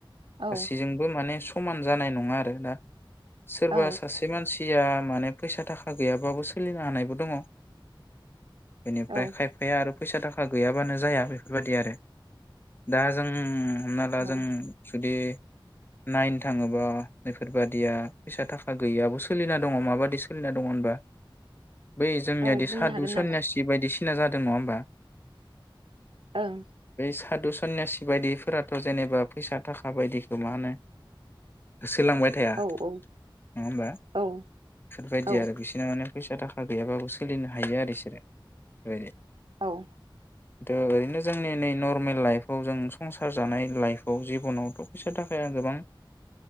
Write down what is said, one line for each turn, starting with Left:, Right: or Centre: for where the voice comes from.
Right: औ
Left: गासिजोंबो माने सम समान जानाय नङा आरो दा सोरबा
Right: औ
Left: सासे मानसि सिया माने फैसा थाखा गैयाबाबो सोलिनो हानायबो दङ' बेनिफ्राय
Right: औ
Left: खायफाया आरो फैसा थाखा गैयाबानो जाया बेफोरबादिआरो दा जों हमनाला
Right: औ
Left: जों जुदि नाइनो थाङोबा बेफोरबादिया फैसाथाखा गैयियाबो सोलिना दङ' माबादि सो सोलिना दङ' होनबा बै जोंनियादि
Right: औ बुंनो
Left: सादु
Right: हागोन
Left: सयनासि
Right: नामा
Left: बायदिसि सिना जादों नङाहोमबा?
Right: ओं।
Left: सादु सन्यसि बादिफोराथ जेनेबा फैसा थाखा बायदिखौ माहोनो गोस होलांबायथाया
Right: औ
Left: नङा
Right: औ
Left: होमबा बेफोरबायदि
Right: औ औ
Left: आरो बिसोर माने फैसा थाखा गैयाबाबो सोलिनो हायोआरो इसोरो बेबायदि।
Right: औ।
Left: दो ओरैनो जोंनि नै नरमेल लाइफआव जों संसार जानाय लाइफआव जिबनावथ फैसा थाखाय गोबां